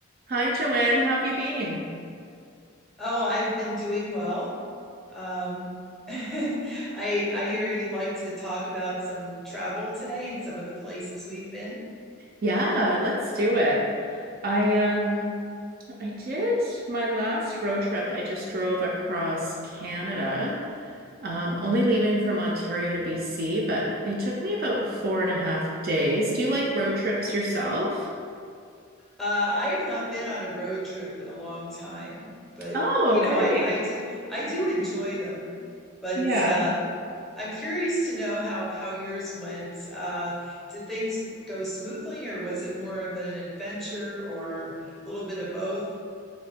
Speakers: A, on the right; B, in the centre.
A: Hi, Joanne. How have you been?
B: Oh, I've been doing well. Um, <laughs> I I hear you'd like to talk about some travel today and some of the places we've been.
A: Yeah, let's do it. I um I did my last road trip. I just drove across Canada, um, only leaving from Ontario to BC, but it took me about four and a half days. Do you like road trips yourself?
B: Uh, I have not been on a road trip in a long time, but
A: Oh,
B: you
A: okay.
B: know, I I do I do enjoy them. But
A: Yeah.
B: uh, I'm curious to know how how yours went. Uh, did things go smoothly, or was it more of an adventure, or a little bit of both?